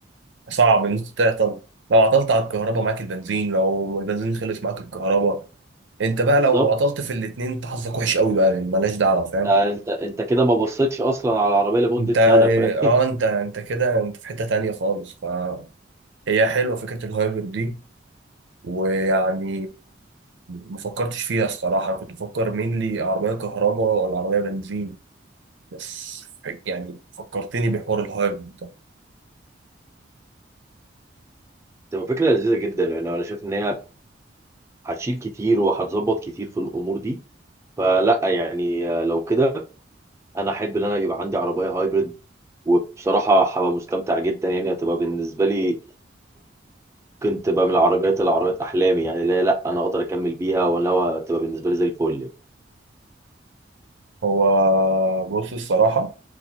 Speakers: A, on the right; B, on the right.
A: صعب ان انت تعطل لو عطلت على الكهرباء معاك البنزين لو البنزين خلص معاك الكهرباء انت بقى
B: بالظبط
A: لو عطلت في الاتنين انت حظك وحش قوي بقى يعني ملهاش دعوه فاهم
B: ده انت انت كده ما بصيتش اصلا على العربيه لمده
A: انت
B: سنه فاهم
A: اه انت انت كده انت في حته تانية خالص فهي حلوه فكره الهايبر دي ويعني ما فكرتش فيها الصراحه انا كنت بفكر مين عربيه كهرباء ولا عربيه بنزين بس يعني فكرتني بحوار الهايبر ده
B: <laughs> تبقى فكره لذيذه جدا يعني انا شايف ان هي هتشيل كتير وهتظبط كتير في الامور دي فلا يعني آه، لو كده انا احب ان انا يبقى عندي عربيه هايبرد وبصراحه هبقى مستمتع جدا يعني هتبقى بالنسبه لي ممكن تبقى من العربيات العربيات احلامي يعني لا لا انا اقدر اكمل بيها ولا هو تبقى بالنسبه لي زي الفل
A: هو بص الصراحة